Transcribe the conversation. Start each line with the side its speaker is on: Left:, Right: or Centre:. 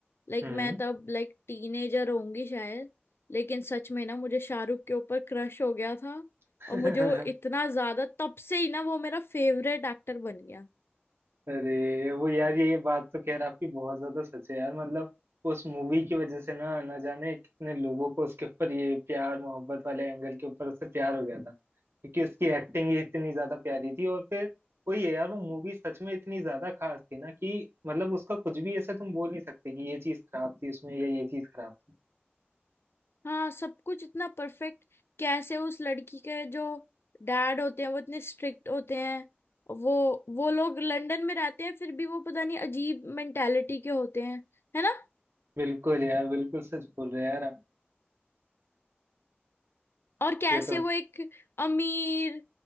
Left: लाइक
Right: हम्म
Left: मैं तब लाइक टीनेजर होंगी शायद लेकिन सच में ना मुझे शाहरुख के ऊपर क्रश हो गया था
Right: <laughs>
Left: और मुझे वो इतना ज्यादा तब से ही ना वो मेरा फेवरेट एक्टर बन गया
Right: अरे वो यार ये बात तो खैर आपकी बहुत ज्यादा सच है यार मतलब उस मूवी की वजह से ना ना जाने कितने लोगों को उसके ऊपर ये प्यार मोहब्बत वाले एंगल के ऊपर उससे प्यार हो गया था क्योंकि उसकी एक्टिंग ही इतनी ज्यादा प्यारी थी और फिर वही है यार वो मूवी सच में इतनी ज्यादा खास थी ना कि मतलब उसका कुछ भी ऐसा तुम बोल नहीं सकते कि ये चीज खराब थी उसमें या ये चीज खराब थी
Left: हाँ सब कुछ इतना परफेक्ट कैसे उस लड़की के जो डैड होते हैं वो इतने स्ट्रिक्ट होते हैं वो वो लोग लंदन में रहते हैं फिर भी वो पता नहीं अजीब मेंटालिटी के होते हैं है ना
Right: बिल्कुल यार बिल्कुल सच बोल रहे हैं यार आप
Left: और कैसे
Right: ये
Left: वो एक अमीर